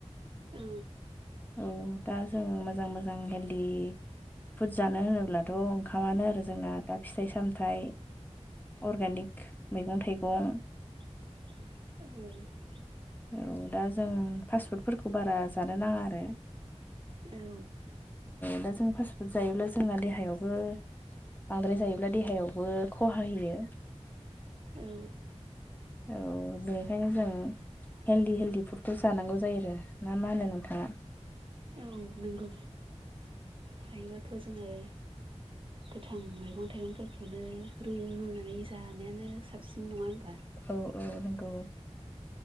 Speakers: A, on the right (about 50°); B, on the left (about 15°).
A: औ।
B: औ दा जों मोजां मोजां हेल्दि फुड जानो होनोब्ला। दाथ' ओंखामानो आरो जोंना दा फिथाइ सामथायाइ। अर्गेानिक मैगं थाइगं।
A: औ।
B: औ दा जों फास्टफुडफोरखौ बारा जानो नाङा आरो।
A: औ।
B: दा जों फास्ट फुड जायोब्ला जोंना देहायावबो। बांद्राय जायोब्ला देहायावबो खहा होयो।
A: औ।
B: औ बेनिखायनो जों। हेलदि हेलदि फुडखौ जानांगौ जायो आरो ना मा होनो नोंथाङा।
A: औ नंगौ हायोबाथ' जोङो। गोथां मैगं थाइगंफोरखौनो रुयै रुनानै जानायानो साबसिन नङा ओब।
B: औ औ नंगौ।